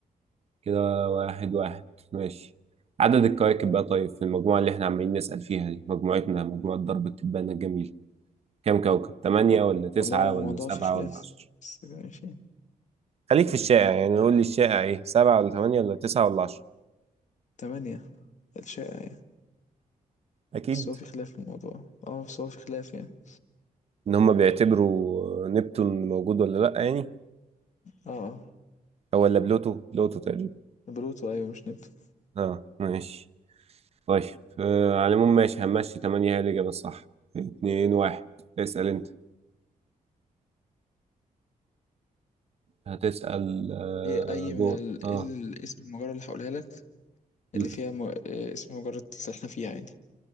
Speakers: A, on the right (about 45°); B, on the left (about 55°).
A: كده واحد واحد ماشي عدد الكواكب بقى طيب في المجموعة اللي احنا عمالين نسأل فيها دي مجموعتنا مجموعة ضرب التبان الجميل كام كوكب؟ تمانية
B: وال-
A: ولا تسعة
B: والله هو الموضوع
A: ولا سبعة
B: فيه خلاف
A: ولا عشرة؟
B: بس ماشي
A: خليك في الشائع يعني
B: آه،
A: قول لي الشائع ايه سبعة ولا تمانية ولا تسعة ولا عشرة
B: تمانية الشائع يعني
A: أكيد
B: بس هو في خلاف في الموضوع اه بس هو في خلاف يعني
A: ان هم بيعتبروا نبتون موجود ولا لا يعني
B: اه اه
A: او ولا بلوتو بلوتو تقريبا
B: بلوتو ايوه مش نبتون
A: اه ماشي طيب آه على العموم ماشي همشي 8 هي الإجابة الصح 2 1 اسأل انت هتسأل آه
B: ايه اي من
A: دول
B: ال...
A: اه
B: إيه ال- اسم المجرة اللي هقولها لك اللي
A: مم.
B: فيها م... إيه اسم المجرة اللي احنا فيها يعني